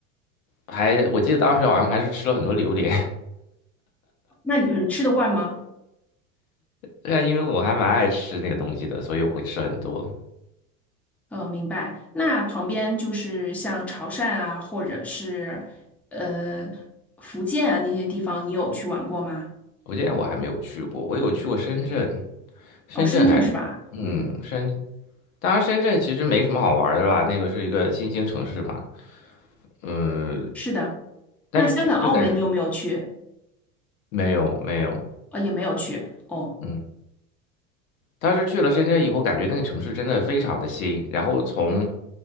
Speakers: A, on the left; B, in the centre.
A: 还我记得当时好像还是吃了很多榴莲，
B: 那你你吃得惯吗？
A: 对啊，因为我还蛮爱吃那个东西的，所以我会吃很多。
B: 嗯，明白。那旁边就是像潮汕啊，或者是呃福建啊那些地方，你有去玩过吗？
A: 福建我还没有去过，我有去过深圳，深圳还是，
B: 哦，深圳是吧？
A: 嗯，
B: 嗯，
A: 深，当然深圳其实没什么好玩的啦，那个是一个新兴城市嘛，嗯，
B: 是的。
A: 但是去就感觉
B: 那香港、澳门你有没有去？
A: 没有没有，
B: 呃，也没有去。哦，
A: 嗯，当时去了深圳以后，感觉那个城市真的非常的新，然后从